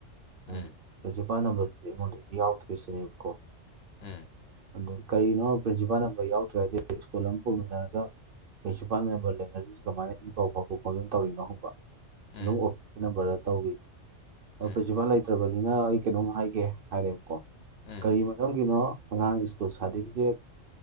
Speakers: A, on the right (about 50°); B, on the left (about 65°).
A: ꯑꯗꯨ
B: ꯎꯝ
A: ꯄ꯭ꯔꯤꯟꯁꯤꯄꯥꯜ ꯅꯝꯕꯔꯗꯨ ꯑꯩꯉꯣꯟꯗꯗꯤ ꯌꯥꯎꯗ꯭ꯔꯦ ꯁꯤꯅꯦꯕ ꯀꯣ
B: ꯎꯝ
A: ꯑꯗꯨ ꯀꯔꯤꯅꯣ ꯄ꯭ꯔꯤꯟꯁꯤꯄꯥꯜ ꯅꯝꯕꯔ ꯌꯥꯎꯗ꯭ꯔꯦ ꯍꯥꯏꯗꯤ ꯁ꯭ꯀꯨꯜ ꯑꯃ ꯄꯨꯃꯤꯟꯅꯔꯒ ꯄ꯭ꯔꯤꯟꯁꯤꯄꯥꯜ ꯅꯝꯕꯔ ꯂꯩꯅꯗ꯭ꯔꯤꯁꯤ ꯀꯃꯥꯏꯅ ꯏ ꯄꯥꯎ ꯐꯥꯎꯗꯣꯛ ꯐꯥꯎꯖꯤꯟ ꯇꯧꯔꯤꯅꯣ ꯍꯪꯕ
B: ꯎꯝ
A: ꯑꯗꯨꯝ ꯑꯣꯐꯤꯁꯀꯤ ꯅꯝꯕꯔꯗ ꯇꯧꯋꯤ ꯑꯗꯣ
B: ꯎꯝ
A: ꯄ꯭ꯔꯤꯁꯤꯄꯥꯜ ꯂꯩ ꯂꯩꯇꯕꯅꯤꯅ ꯑꯩ ꯀꯩꯅꯣꯝ ꯍꯥꯏꯒꯦ ꯍꯥꯏꯔꯦꯕꯀꯣ
B: ꯎꯝ ꯎꯝ
A: ꯀꯔꯤ ꯃꯔꯝꯒꯤꯅꯣ ꯑꯉꯥꯡ ꯁ꯭ꯀꯨꯜ ꯁꯥꯔꯗꯤꯕꯤꯒꯦꯠ